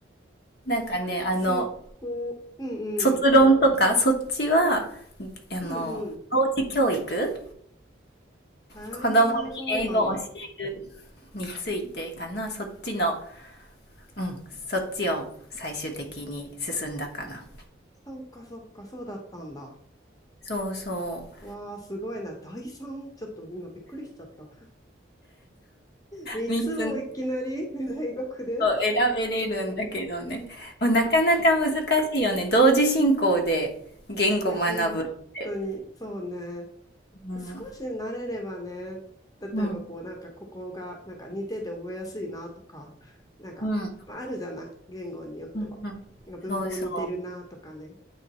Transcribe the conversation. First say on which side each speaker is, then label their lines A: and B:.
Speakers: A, on the left; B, on the left.
A: なんかね、
B: <laughs>
A: あの、
B: すごい、うんうん、
A: 卒論とか、そっちは、あの、
B: うんうん。
A: 幼児教育
B: え
A: 子供に英語を教える
B: ー、そうなんだ。
A: についてかな、そっちのうん、そっちを最終的に進んだかな。
B: そっかそっか、そうだったんだ。
A: そうそう。
B: わあ、すごいな。第三ちょっと今びっくりしちゃった。三つもいきなり
A: 3つのを
B: <laughs> 大学で
A: 選べれるんだけどね。もうなかなか難しいよね。同時進行で言語学ぶって。
B: いや、本当に、そうね。
A: うん。
B: 少し慣れればね、例えばこう、
A: うん。
B: なんかここが、なんか似てて覚えやすいなとか、なんか、
A: うん。
B: まああるじゃない、言語によっては。
A: うん。うん
B: なんか文法似てるなとかね。
A: そうそ